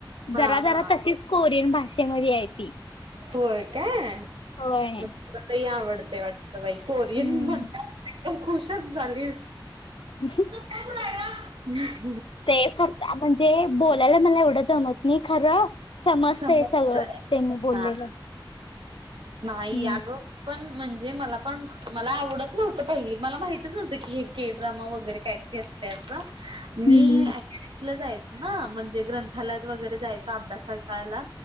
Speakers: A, on the right; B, on the left.
A: हा
B: जरा-जरा
A: हा
B: तशीच कोरियन भाषेमध्ये आहे ती.
A: होय काय
B: होय.
A: मग <unintelligible> आवडते वाट तय बाई कोरियन
B: हम्म
A: म्हंटल्यावर खुशच झालीस.
B: ह <unintelligible>
A: <unintelligible>
B: ते फक्त म्हणजे बोलायला मला एवढं जमत नी खरं समजतय
A: समजतंय
B: सगळं त्यांनी बोललेलं.
A: हा. नाही
B: हम्म.
A: या गं पण म्हणजे मला पण मला आवडत नव्हतं पहिले मला माहितीच नव्हतं की हे के ड्रामा वगैरे काहीतरी अस तय असं मी
B: हम्म.
A: अकॅडमीला जायचो ना म्हणजे ग्रंथालयात वगैरे जायचो अभ्यासा कायला